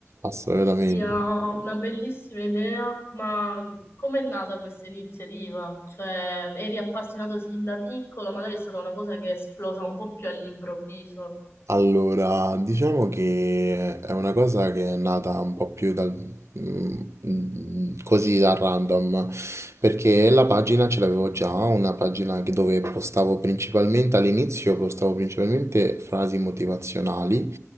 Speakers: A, on the right; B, on the left.
A: assolutamente.
B: sia una bellissima idea, ma com'è nata questa iniziativa? Cioè, eri appassionato sin da piccolo, magari è stata una cosa che è esplosa un po' più all'improvviso.
A: Allora, diciamo che è una cosa che è nata un po' più dal, mm, mm, così da random, perché la pagina ce l'avevo già, una pagina che- dove postavo principalmente all'inizio, postavo principalmente frasi motivazionali,